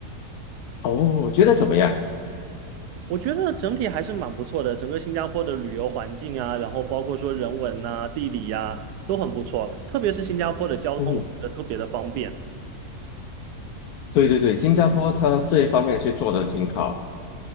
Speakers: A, on the left; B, on the right.
A: 哦，我觉得怎么样？
B: 我觉得整体还是蛮不错的，整个新加坡的旅游环境啊，然后包括说人文呐、地理呀、都很不错，特别是新加坡的交通，
A: 嗯，
B: 我觉得特别的方便。
A: 对对对，新加坡它这一方面是做的挺好。